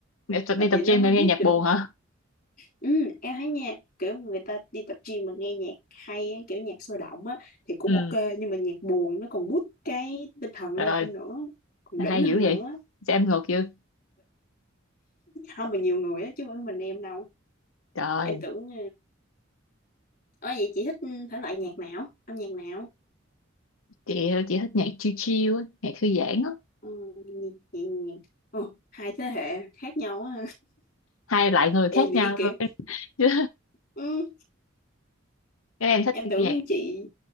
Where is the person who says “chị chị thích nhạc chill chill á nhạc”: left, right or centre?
Left